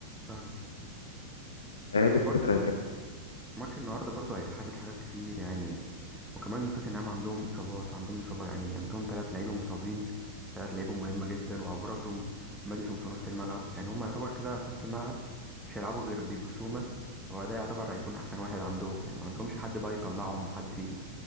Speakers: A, in the centre; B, on the left.
A: فاهم
B: هي
A: بس
B: دي
A: برضو
B: الفكره
A: ماتش النهارده برضو هيحدد حاجات كتير يعني وكمان توتنهام عندهم اصابات عندهم اصابه يعني عندهم ثلاث لعيبه مصابين ثلاث لعيبه مهمه جدا وابرزهم ماديسون في نص الملعب يعني هم يعتبر كده في نص الملعب مش هيلعبوا غير بيبسوما هو ده يعتبر هيكون احسن واحد عندهم يعني ما عندهمش حد بقى يطلعهم وحد ي-